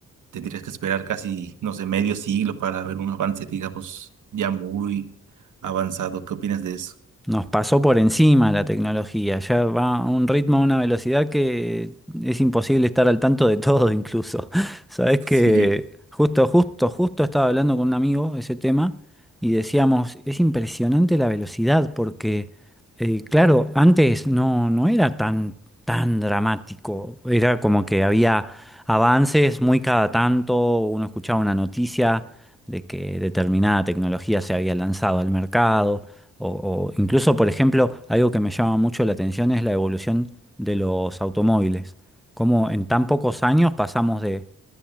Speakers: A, on the right; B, in the centre.
A: tendrías que esperar casi, no sé, medio siglo para ver un avance, digamos, ya muy avanzado. ¿Qué opinas de eso?
B: Nos pasó por encima la tecnología, ya va a un ritmo, a una velocidad que es imposible estar al tanto de todo incluso. <laughs> Sabes que
A: Sí,
B: justo, justo, justo estaba hablando con un amigo ese tema y decíamos, es impresionante la velocidad porque, eh, claro, antes no, no era tan tan dramático. Era como que había avances muy cada tanto, uno escuchaba una noticia de que determinada tecnología se había lanzado al mercado, o, o incluso, por ejemplo, algo que me llama mucho la atención es la evolución de los automóviles. Cómo en tan pocos años pasamos de,